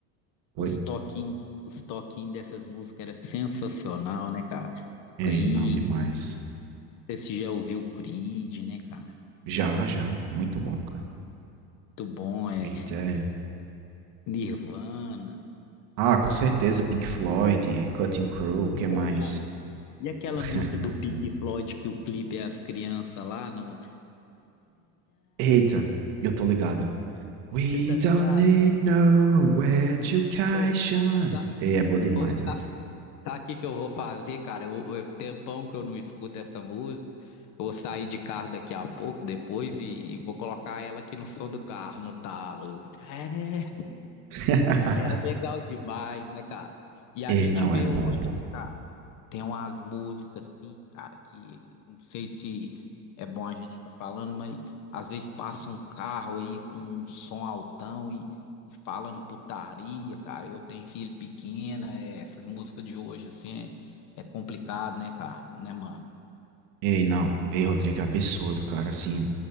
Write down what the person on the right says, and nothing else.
Oi?
Ei,
não, demais.
Já, já. Muito bom, cara.
Creed,
é.
Ah, com certeza, Pink Floyd, Cutting Crew, o
que mais?
<laughs>
Eita, eu tô ligado. We
don't need no education.
Ei, é boa demais
essa.
<laughs>
Ei,
não,
é bom,
pô.
Ei, não. Ei, Rodrigo, é absurdo, cara, assim.